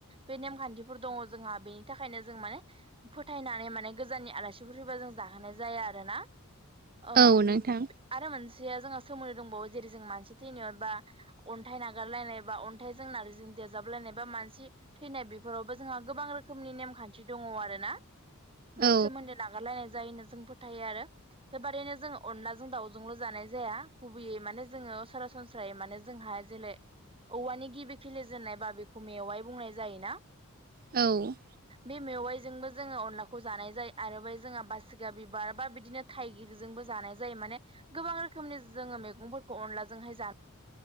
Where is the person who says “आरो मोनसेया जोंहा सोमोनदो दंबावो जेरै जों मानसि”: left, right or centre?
Right